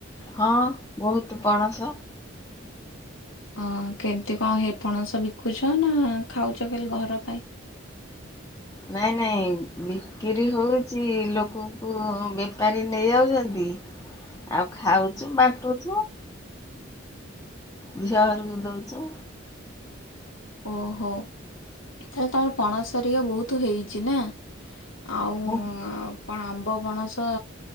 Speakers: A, on the left; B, on the left.
A: ହଁ ବହୁତ୍ ପଣସ।
B: ହଁ କେମିତି କଣ ହେପଣସ ବିକୁଛ ନାଁ ଖାଉଛ ଖାଲି ଘର ପାଇଁ?
A: ନାଇଁ ନାଇଁ ବିକ୍ରି ହଉଚି ଲୋକଙ୍କୁ ବେପାରୀ ନେଇଯାଉଚନ୍ତି। ଆଉ ଖାଉଛୁ ବାଣ୍ଟୁଛୁ ଝିଅ ଘରକୁ ଦଉଚୁ।
B: ଓହୋ ତାହେଲେ ତମର ପଣସହେରିକା ବହୁତ୍ ହେଇଛି ନାଁ? ଆଉ
A: ମୁଁ
B: ଆ କଣ ଆମ୍ବ ପଣସ